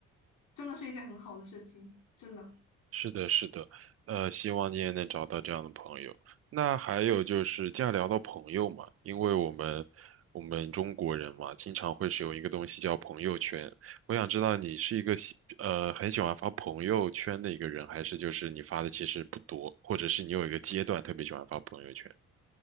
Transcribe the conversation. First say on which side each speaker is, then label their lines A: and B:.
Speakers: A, on the left; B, on the right.
A: 真的是一件很好的事情，真的。
B: 是的，是的，呃，希望你也能找到这样的朋友。那还有就是既然聊到朋友嘛，因为我们我们中国人嘛，经常会使用一个东西叫朋友圈。我想知道你是一个喜呃很喜欢发朋友圈的一个人，还是就是你发的其实不多，或者是你有一个阶段特别喜欢发朋友圈？